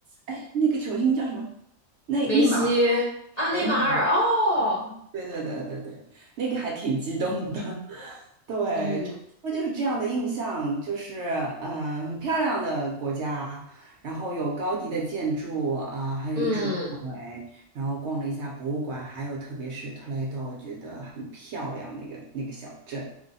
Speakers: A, on the right (about 60°); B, on the left (about 40°).
A: 哎，那个球星叫什么？内内马尔
B: 梅西，啊，
A: 和内马尔。
B: 内马尔，哦，
A: <laughs> 对对对对对，那个还挺激动的。<laughs> 对，
B: 嗯
A: 差不多就是这样的印象，就是嗯、呃很漂亮的国家，然后有高迪的建筑啊、还有艺术氛围，
B: 嗯
A: 然后逛了一下博物馆，还有特别是 Toledo，我觉得很漂亮那个那个小镇。